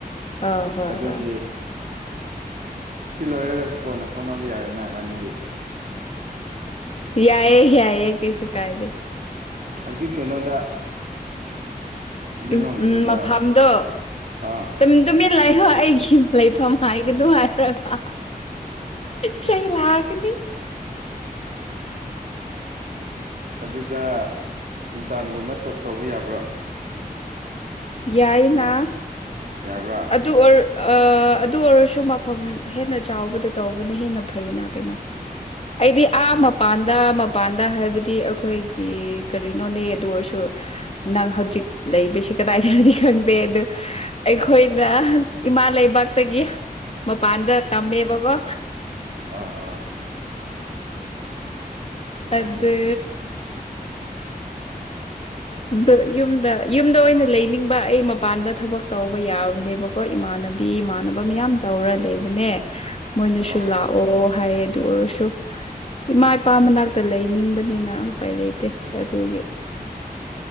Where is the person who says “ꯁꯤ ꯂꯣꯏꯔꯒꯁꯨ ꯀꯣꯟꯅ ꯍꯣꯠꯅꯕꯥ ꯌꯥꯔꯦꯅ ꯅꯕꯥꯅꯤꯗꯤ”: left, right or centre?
Right